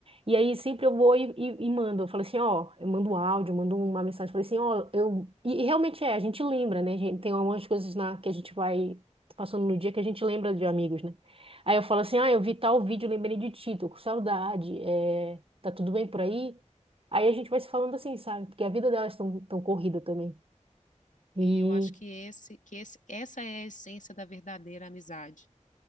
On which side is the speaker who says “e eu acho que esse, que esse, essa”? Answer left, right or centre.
Left